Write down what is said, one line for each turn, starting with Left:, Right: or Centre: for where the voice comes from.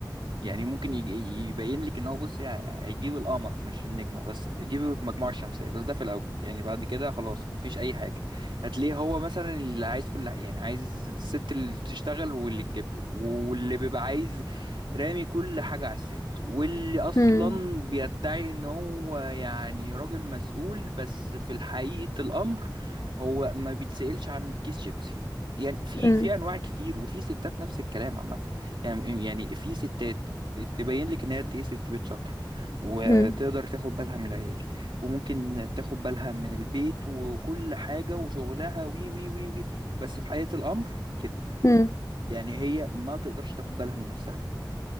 Right: يعني ممكن يج- يبين لك ان هو بص يعني هيجيب القمر مش النجمه بس هيجيب المجموعه الشمسيه بس ده في الاول يعني بعد كده خلاص مفيش اي حاجه هتلاقيه هو مثلا اللي عايز كل حاجه يعني عايز الست اللي تشتغل واللي تجيب له واللي بيبقى عايز رامي كل حاجه على الست واللي اصلا
Left: مم.
Right: بيدعي ان هو يعني راجل مسؤول بس في حقيقه الامر هو ما بيتسألش عن كيس شيبسي يعني في
Left: مم.
Right: في انواع كتير وفي ستات نفس الكلام عامه يعني يعني في ستات تبين لك ان هي قد ايه ست بيت شاطره وتقدر
Left: مم.
Right: تاخد بالها من العيال وممكن تاخد بالها من البيت وكل حاجه وشغلها وي وي وي وي بس في حقيقه الامر كده
Left: مم.
Right: يعني هي ما تقدرش تاخد بالها من نفسها